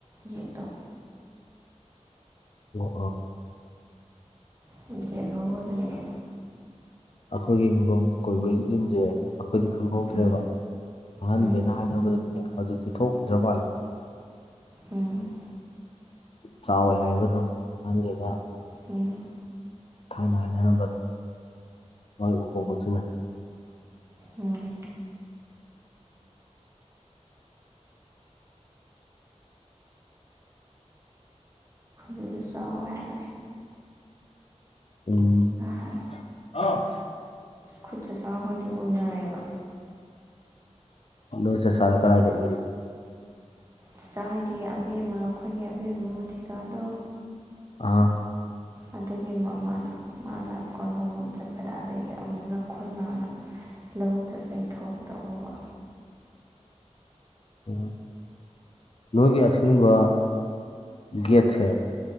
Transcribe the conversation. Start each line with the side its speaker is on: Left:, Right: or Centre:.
Right: ꯌꯦ ꯇꯧ
Left: ꯉꯣ
Right: ꯂ ꯑꯣꯏꯕꯕ
Left: ꯑꯩꯈꯣꯏꯒꯤ ꯍꯤꯡꯒꯣꯝ ꯀꯣꯏꯕ ꯟꯗ꯭ꯔꯦ ꯑꯩꯈꯣꯏꯗꯤ ꯈꯪꯍꯧꯇ꯭ꯔꯦꯕ
Right: ꯎꯝ
Left: ꯐꯪꯍꯟꯒꯦꯅ
Right: ꯎꯝ
Left: ꯍꯥꯏꯅꯕꯗꯒꯤꯅꯦ ꯍꯧꯛꯇꯤ ꯊꯣꯛ ꯗ꯭ꯔꯕꯥꯜ
Right: ꯎꯝ
Left: ꯆꯥꯎꯋꯦ ꯍꯥꯏꯕꯗꯣ ꯑꯍꯟꯁꯤꯅ ꯑꯗꯨꯝ
Right: ꯎꯝ
Left: ꯊꯥꯏꯅ ꯍꯥꯏꯅꯔꯝꯕ ꯃꯣꯏꯕꯨꯀꯒꯁꯤꯅ
Right: ꯎꯝ ꯑꯗꯨ ꯍꯥꯏꯕ
Left: ꯎꯝ
Right: ꯍꯥꯏ
Left: ꯑ
Right: ꯈꯨꯠ ꯆ ꯆꯥ ꯍꯣꯏꯗꯤ ꯎꯅꯔꯦꯕ
Left: ꯅꯣꯏ ꯆꯥꯆꯥꯗꯣ ꯀꯔꯥꯏꯗ ꯎꯔꯤꯕ
Right: ꯆꯥ ꯆꯥ ꯍꯣꯏꯒꯤ ꯑꯕꯦꯝꯃ ꯑꯩꯈꯣꯏꯒꯤ ꯑꯕꯦꯝꯃꯃꯨ ꯊꯤꯀꯥꯗꯣ
Left: ꯑꯥ
Right: ꯑꯗꯨꯒꯤ ꯃꯃꯥꯗꯣ ꯃꯥꯅ ꯀꯣꯟꯗꯣꯡ ꯑꯃꯝ ꯆꯠꯄꯗ ꯑꯗꯒꯤ ꯑꯃꯨꯛꯅ ꯈꯈꯣꯏꯃꯥꯅ ꯂꯧꯕꯨꯛ ꯆꯠꯄꯒꯤ ꯊꯣꯛꯄꯗ ꯎꯕ
Left: ꯎ ꯅꯣꯏꯒꯤ ꯑꯁꯤꯒꯨꯝꯕ ꯒꯦꯠꯁꯦ